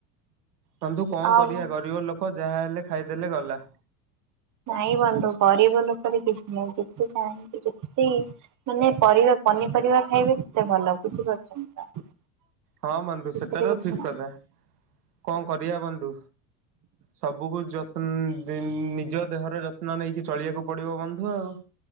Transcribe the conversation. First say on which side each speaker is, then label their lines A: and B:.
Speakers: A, on the right (about 85°); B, on the right (about 40°).
A: ବନ୍ଧୁ କଣ
B: ଆଉ
A: କରିବା ଗରିବ ଲୋକ ଯାହା ହେଲେ ଖାଇଦେଲେ ଗଲା।
B: ନାଇଁ ବନ୍ଧୁ ଗରିବ ଲୋକର କିଛି ନାହିଁ ଯେତେ ଚାହିଁନ୍ତି ଯେତେ ମାନେ ପରିବା ପନିପରିବା ଖାଇବେ ସେତେ ଭଲ ବୁଝିପାରୁଛନ୍ତି ତ।
A: ହଁ ବନ୍ଧୁ ସେଟଟା
B: ସେଥିରେ କିଛି
A: ଠିକ
B: ନାହିଁ।
A: କଥା କଣ କରିବା ବନ୍ଧୁ ସବୁକୁ ଯତ୍ନ ନିଜ ଦେହର ଯତ୍ନ ନେଇକି ଚଳିବାକୁ ପଡିବ ବନ୍ଧୁ ଆଉ।